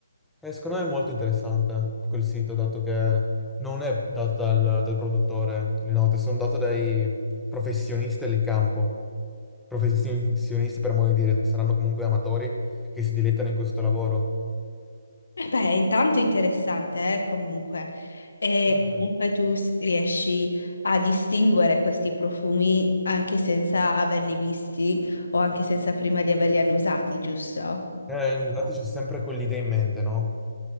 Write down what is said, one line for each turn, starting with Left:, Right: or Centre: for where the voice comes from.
Centre: E secondo me è molto interessante quel sito, dato che non è dato dal, dal produttore le note, sono date dai professionisti del campo. Professionisti, per modo di dire, saranno comunque amatori che si dilettano in questo lavoro.
Left: Eh beh, intanto è interessante, eh, comunque. E
Centre: Mhm.
Left: comunque tu s- riesci a distinguere questi profumi anche senza averli visti o anche senza prima di averli annusati, giusto?
Centre: Eh, infatti c'ho sempre quell'idea in mente, no?